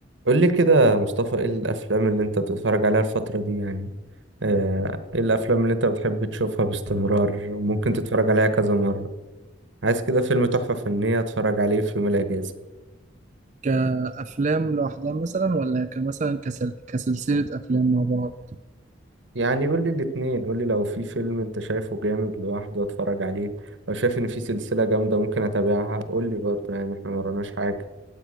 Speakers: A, on the right; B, on the right.
A: قول لي كده يا مصطفى ايه الافلام اللي انت بتتفرج عليها الفترة دي يعني آه، ايه الافلام اللي انت بتحب تشوفها باستمرار وممكن تتفرج عليها كذا مرة عايز كده فيلم تحفة فنية اتفرج عليه في يوم الاجازة
B: كأفلام لوحدها مثلا ولا كمثلا كسل... كسلسلة أفلام مع بعض
A: يعني قول لي الاتنين قول لي لو في فيلم انت شايفه جامد لوحده اتفرج عليه لو شايف ان في سلسلة جامدة ممكن اتابعها قول لي برضه يعني احنا مرناش حاجة